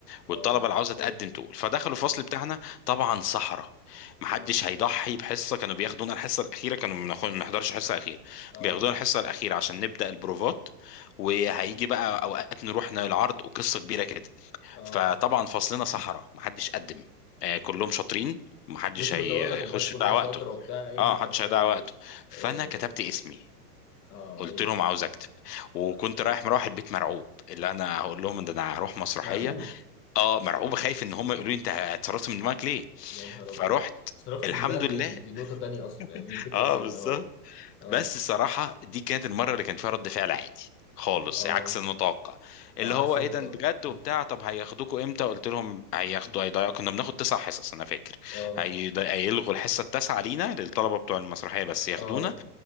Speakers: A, on the left; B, on the left.
A: والطلبه
B: اه
A: اللي عاوزه تقدم
B: ادي
A: تقول فدخلوا
B: اه
A: الفصل بتاعنا طبعا صحراء محدش
B: اه
A: هيضحي بحصه كانوا بياخدونا الحصه الاخيره كانوا ما بناخد- ما بنحضرش الحصه الاخيره
B: اه
A: بياخدونا الحصه الاخيره عشان نبدا البروفات وهيجي بقى اوقات نروح العرض وقصه كبيره كده
B: اه
A: فطبعا فصلنا صحراء محدش قدم آه كلهم شاطرين محدش
B: لسه
A: هي-
B: كنت اقول لك
A: هيخش
B: الناس كلها
A: يضيع وقته
B: شاطره وبتاع ايه الهبل
A: اه محدش
B: ده
A: هيضيع
B: يعني
A: وقته فانا
B: اه
A: كتبت اسمي
B: اه
A: قلت
B: ادي
A: لهم عاوز اكتب وكنت
B: آه.
A: رايح مروح البيت مرعوب اللي انا هقول لهم ان انا هروح مسرحيه
B: مرعوب
A: اه مرعوب خايف ان هم يقولوا لي انت اتصرفت من دماغك ليه
B: يا نهار
A: فروحت
B: ابيض صرفت
A: الحمد
B: من دماغك
A: لله
B: ليه دي, دي نقطه تانية اصلا يعني
A: <laughs>
B: دي فكره
A: اه
B: تانية
A: بالظبط
B: اه اه
A: بس الصراحه دي كانت المره اللي كان فيها رد فعل عادي خالص
B: اه
A: عكس المتوقع اللي
B: اه
A: هو
B: عكس المتوقع
A: ايه ده بجد وبتاع
B: اه
A: طب هياخدوكوا امتى قلت لهم هياخدوا هيضيعوا كنا بناخد تسع حصص انا فاكر
B: اه
A: هيض- هيلغوا الحصه التاسعه لينا للطلبه بتوع المسرحيه بس ياخدونا
B: اه